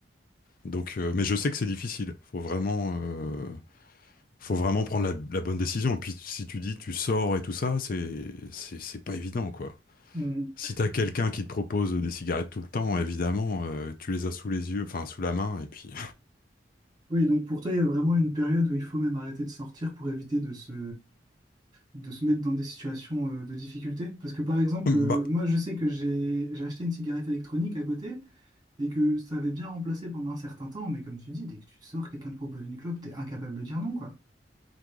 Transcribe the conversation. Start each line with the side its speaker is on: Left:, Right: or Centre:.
Left: Donc, euh, mais je sais que c'est difficile. Faut vraiment, euh, faut vraiment prendre la, la bonne décision. Et puis, si tu dis, tu sors et tout ça, c'est, c'est, c'est pas évident, quoi.
Right: Mm.
Left: Si t'as quelqu'un qui te propose des cigarettes tout le temps, évidemment, euh, tu les as sous les yeux, enfin, sous la main, et puis.
Right: Oui, donc pour toi, il y a vraiment une période où il faut même arrêter de sortir pour éviter de se, de se mettre dans des situations euh, de difficulté. Parce que par exemple,
Left: <laughs>
Right: euh,
Left: Bah,
Right: moi, je sais que j'ai j'ai acheté une cigarette électronique à côté et que ça avait bien remplacé pendant un certain temps. Mais comme tu dis, dès que tu sors, quelqu'un te propose une clope, t'es incapable de dire non, quoi.